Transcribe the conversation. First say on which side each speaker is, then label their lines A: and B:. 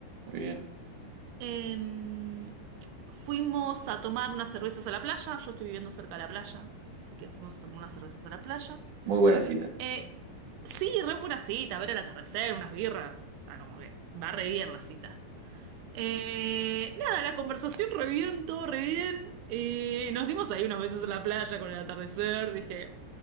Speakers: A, on the right; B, on the right.
A: muy bien.
B: Eh, fuimos a tomar unas cervezas a la playa, yo estoy viviendo cerca de la playa, así que fuimos a tomar unas cervezas a la playa.
A: Muy buena cita.
B: Eh, sí, re buena cita, ver el atardecer, unas birras, o sea, como que va re bien la cita. Eh, nada, la conversación re bien, todo re bien. Eh, nos dimos ahí unas veces en la playa con el atardecer. Dije,